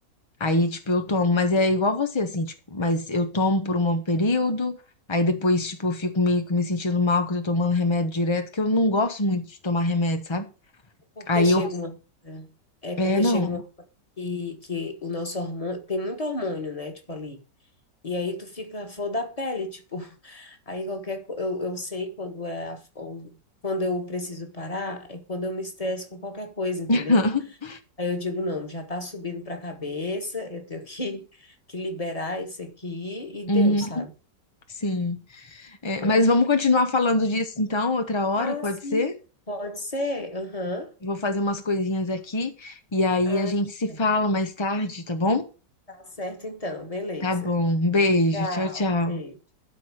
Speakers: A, on the left; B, on the left.
A: Aí, tipo, eu tomo, mas é igual você, assim, tipo, mas eu tomo por um período, aí depois, tipo, eu fico meio que me sentindo mal que eu tô tomando remédio direto, que eu não gosto muito de tomar remédio, sabe?
B: Porque
A: Aí
B: chega
A: eu.
B: uma hora- é
A: É,
B: porque
A: não.
B: chega uma hora que, que o nosso hormônio, tem muito hormônio, né, tipo ali, e aí tu fica a flor da pele, tipo, <laughs> aí qualquer, co- eu, eu sei quando é, a- ou- quando eu preciso parar, é quando eu me estresso com qualquer coisa, entendeu?
A: <laughs>
B: Aí eu digo, não, já tá subindo pra cabeça, eu tenho que, que liberar isso aqui e deu,
A: Uhum,
B: sabe?
A: sim. É, mas vamos continuar falando disso então, outra hora,
B: Ah,
A: pode
B: sim,
A: ser?
B: pode ser, aham,
A: Vou fazer umas coisinhas aqui e aí
B: Ah,
A: a gente
B: tá
A: se
B: certo,
A: fala mais tarde, tá bom?
B: Tá certo então, beleza.
A: Tá bom. Um beijo.
B: Tchau,
A: Tchau, tchau.
B: beijo.